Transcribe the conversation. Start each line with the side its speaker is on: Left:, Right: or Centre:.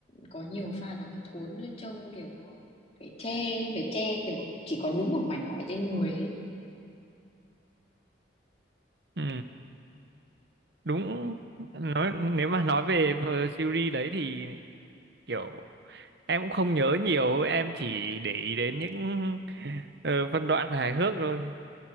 Left: có nhiều pha đóng thốn ấy, trông kiểu phải che phải che kiểu chỉ có đúng một mảnh vải trên người ấy.
Right: Ừ. đúng nói nếu mà nói về ờ, series đấy thì kiểu em cũng không nhớ nhiều em chỉ để ý đến những ờ, phân đoạn hài hước thôi